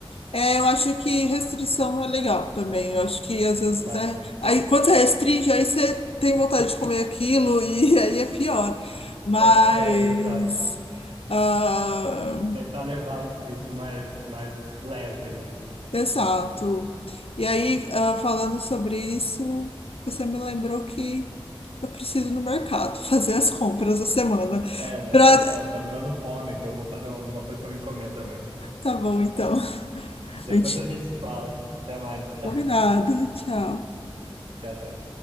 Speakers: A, on the left; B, on the right.
A: É, eu acho que restrição é legal também. Eu acho que às vezes,
B: Ah,
A: né? Aí, quando você restringe, aí você tem vontade de comer aquilo e <laughs> aí é pior. Mas.
B: é, é, é, exato.
A: ah,
B: Tentar levar isso mais, mais leve, né?
A: Exato. E aí, ah, falando sobre isso, você me lembrou que eu preciso ir no mercado <laughs> fazer as compras da semana.
B: É, né,
A: Pra...
B: tá, tá, tá me dando fome aqui. Eu vou fazer alguma coisa pra mim comer também.
A: Tá bom, então. <laughs>
B: Depois
A: A gente
B: a gente se fala. Até mais. <laughs>
A: combinado. Tchau.
B: Tchau, tchau.